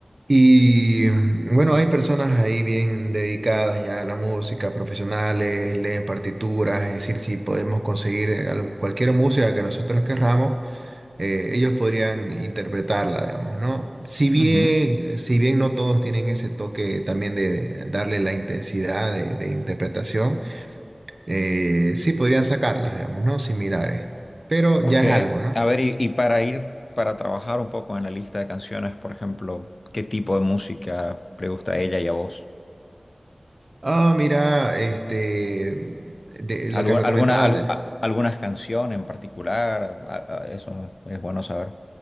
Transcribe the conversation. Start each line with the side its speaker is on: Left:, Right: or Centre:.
Right: Y bueno, hay personas ahí bien dedicadas ya a la música, profesionales, leen partituras, es decir, si podemos conseguir algo- cualquier música que nosotros querramos eh, ellos podrían interpretarla, digamos, ¿no? Si bien,
Left: ujú,
Right: si bien no todos tienen ese toque también de, de darle la intensidad de, de interpretación, eh, sí podrían sacarlas, digamos, ¿no? Similares, pero
Left: Ok.
Right: ya es algo, ¿no?
Left: A ver, y, y para ir, para trabajar un poco en la lista de canciones, por ejemplo, ¿qué tipo de música le gusta a ella y a vos?
Right: Ah, mira, este, de
Left: ¿Algu-
Right: lo que me comentaba,
Left: alguna, al-
Right: de-
Left: a- algunas canciones en particular? A- a- eso es bueno saber.